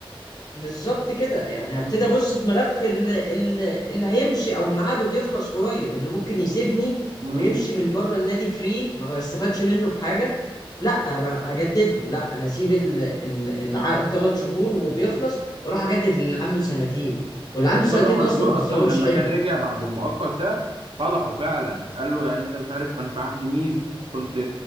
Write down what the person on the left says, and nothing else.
بالظبط كده يعني
هبتدي ابص في ملف اللي, اللي هيمشي او ان عقده بيخلص قريب ان ممكن يسيبني
ويمشي من بره النادي فري ما استفادش منه بحاجه لا انا اجدد له لا انا اسيب ال- ال- العقد ثلاث شهور وبيخلص واروح اجدد للي عنده سنتين واللي عنده
سنتين
اصلا مستواه
مش حلو